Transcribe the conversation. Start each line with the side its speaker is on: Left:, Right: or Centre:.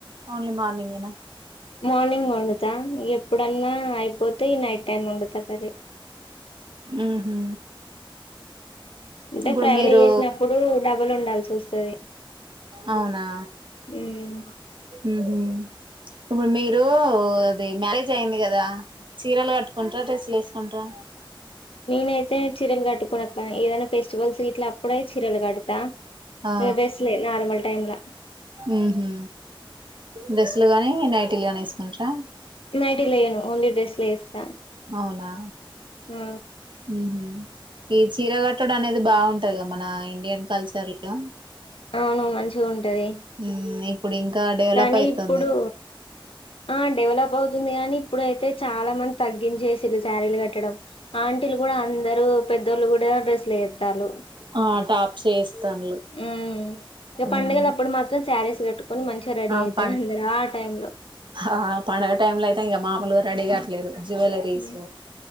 Right: ఓన్లీ మార్నింగే
Left: మార్నింగ్ వండు తా ఇగ ఎప్పుడన్నా అయిపోతే ఈ నైట్ టైమ్ వండుతా కర్రీ
Right: ఉహు
Left: అంటే
Right: ఇప్పుడు
Left: ఫ్రైలు
Right: మీరు
Left: వేసినప్పుడు డబల్ వండాల్సి వస్తది.
Right: అవునా
Left: ఉమ్.
Right: ఉహు ఇప్పుడు మీరు అది మ్యారేజ్ అయింది కదా, చీరలు కట్టుకుంటార డ్రెస్స్ లు వేసుకు అంట్రా
Left: నేను ఐతే చీరలు కట్టుకోను అక్క ఏదైనా ఫెస్టివల్స్ గిట్లా అప్పుడే చీరలు కడతా,
Right: ఆ
Left: డ్రెస్ లే నార్మల్ టైం ల
Right: ఉహు డ్రెస్లు గాని నైటీ గాని వేసుకుంటర?
Left: నైటి లేయను ఓన్లీ డ్రెసు లే ఏస్తా
Right: అవునా
Left: ఆ
Right: ఉహు ఈ చీర గట్టడు అనేది బాగుంటది కదా, మన ఇండియన్ కల్చర్ లో
Left: అవును మంచిగా ఉంటది,
Right: మ్మ్ ఇప్పుడు ఇంకా డెవలప్
Left: కానీ
Right: అయితుంది
Left: ఇప్పుడు ఆ డెవలప్ అవుతుంది కాన్ ఇప్పుడైతే చాలా మంది తగ్గించేసిర్రూ శారీలు కట్టడం, ఆంటీలు కూడా అందరూ పెద్ దోలు కూడా డ్రెస్సులే ఏత్తారు.
Right: ఆ టాప్స్ ఏస్తాన్లు
Left: ఉమ్ ఇక పండుగలు
Right: మ్మ్
Left: అప్పుడు మాత్రం శారీస్ కట్టుకొని మంచిగా రెడీ
Right: ఆ
Left: ఐతరు
Right: పం
Left: అందరు ఆ టైం లో
Right: ఆ పండుగ టైమ్ లో అయితే ఇంగ మామూలుగా రెడీ కాట్లేదు జ్యువెలరీస్
Left: హ్మ్.